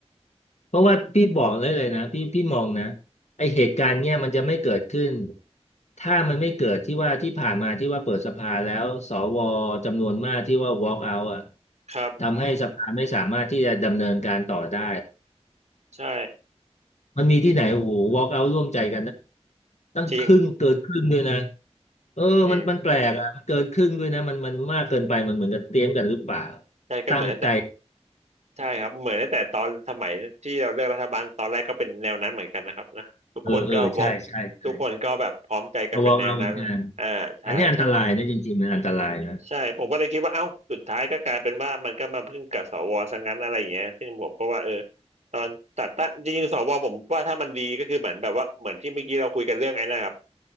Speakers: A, on the left; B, on the right.
A: เพราะว่าพี่บอกเลยเลยนะพี่พี่มองนะไอเหตุการณ์เนี้ยมันจะไม่เกิดขึ้นถ้ามันไม่เกิดที่ว่าที่ผ่านมาที่ว่าเปิดสภาแล้วสวจำนวนมากที่ว่า walk out อ่ะ
B: ครับ
A: ทำให้สภาไม่สามารถที่จะดำเนินการต่อได้
B: ใช่
A: มันมีที่ไหนโอ้โห walk out ร่วมใจกันนะตั้งครึ่งเกินครึ่งด้วยนะ
B: จริง
A: เออมันมันแปลกอ่ะมันเกินครึ่งด้วยนะมันมันมากเกินไปมันเหมือนกับเตรียมกันหรือเปล่า
B: จริงใช่ก็เหมือนตั้งแต่
A: ตั้งใจ
B: ใช่ครับเหมือนตั้งแต่ตอนสมัยที่เราเลือกรัฐบาลตอนแรกก็เป็นแนวนั้นเหมือนกันนะครับนะทุกคนก็บอก
A: เออเออใช่ใช่ใช่
B: ทุกคนก็แบบพร้อมใจกันเป็นแนวนั้นอ่าใช่ใช่
A: พอ walk out เหมือนกันอันนี้อันตรายนะจริงๆมันอันตรายนะ
B: ใช่ผมก็เลยคิดว่าเอ้าสุดท้ายก็กลายเป็นว่ามันก็มาพึ่งกับสวซะงั้นอะไรอย่างเงี้ยซึ่งผมก็ว่าเออตอนตัดตั้งจริงๆสวผมว่าถ้ามันดีก็คือเหมือนแบบว่าเหมือนที่เมื่อกี้เราคุยกันเรื่องไอ้นะครับ